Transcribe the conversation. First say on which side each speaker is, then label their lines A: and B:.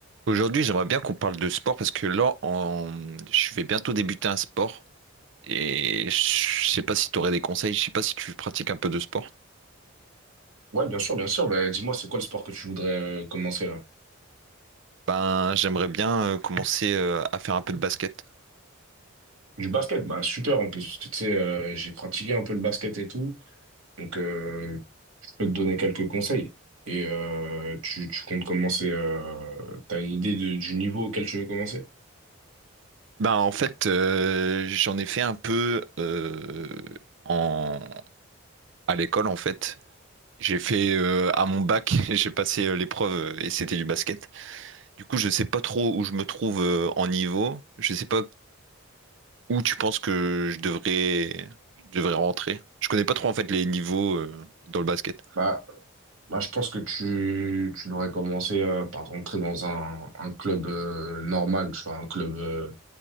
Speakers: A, on the right; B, on the right.
A: Aujourd'hui, j'aimerais bien qu'on parle de sport parce que là, en- je vais bientôt débuter un sport et je sais pas si tu aurais des conseils, je sais pas si tu pratiques un peu de sport.
B: Ouais, bien sûr, bien sûr. Bah, dis-moi, c'est quoi le sport que tu voudrais euh, commencer là?
A: Ben, j'aimerais bien euh, commencer euh, à faire un peu de basket.
B: Du basket, bah super en plus. parce que Tu sais, euh, j'ai pratiqué un peu le basket et tout, donc euh, je peux te donner quelques conseils. Et euh, tu, tu comptes commencer. Euh, t'as une idée de- du niveau auquel tu veux commencer?
A: Ben, en fait, euh, j'en ai fait un peu euh, en... à l'école, en fait. J'ai fait euh, à mon bac, <laughs> j'ai passé euh, l'épreuve euh, et c'était du basket. Du coup, je sais pas trop où je me trouve euh, en niveau. Je sais pas. où tu penses que je devrais, je devrais rentrer? Je connais pas trop en fait les niveaux euh, dans le basket.
B: Bah, bah, je pense que tu, tu devrais commencer euh, par rentrer dans un, un club euh, normal, tu vois, un club. euh,